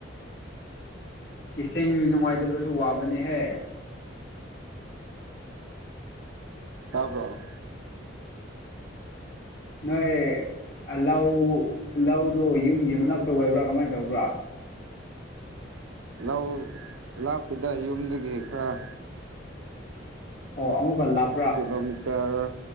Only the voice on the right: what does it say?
ꯇꯥꯕ꯭ꯔꯣ
ꯂꯧ ꯂꯥꯞꯇꯦꯗ ꯌꯨꯝꯗꯒꯤ ꯈꯔ
ꯀꯤꯂꯣꯃꯤꯇꯔ